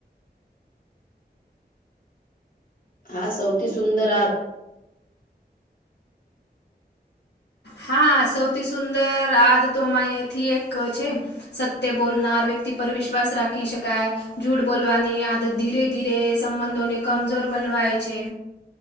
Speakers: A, on the left (about 55°); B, on the left (about 80°).
A: હા સૌથી સુંદર આ
B: હા સૌથી સુંદર આદતોમાંથી એક છે સત્ય બોલનાર વ્યક્તિ પર વિશ્વાસ રાખી શકાય જૂઢ બોલવાની આદત ધીરે ધીરે સંબંધોને કમજોર બનવાય છે